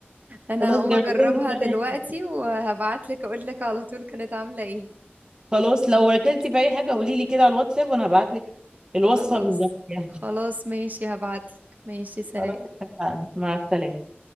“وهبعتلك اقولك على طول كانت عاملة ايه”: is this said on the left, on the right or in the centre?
Right